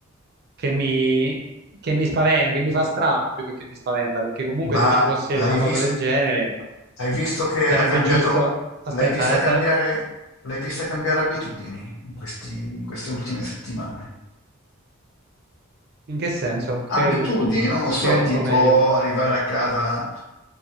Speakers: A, on the right (about 45°); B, on the left (about 70°).
A: che mi, che mi spaventa, che mi fa strano più che che mi spaventa, perché comunque
B: Ma
A: se ci fosse
B: l'hai
A: una
B: visto?
A: cosa del genere
B: Hai visto che
A: sarebbe
B: ha cambiato?
A: giusto... Aspetta,
B: L'hai vista cambiare?
A: eh, sa-
B: L'hai vista cambiare abitudini in questi- in queste ultime settimane?
A: in che senso? Spiegatemi,
B: Abitudini, non lo
A: spiegati
B: so, tipo
A: un po' meglio.
B: arrivare a casa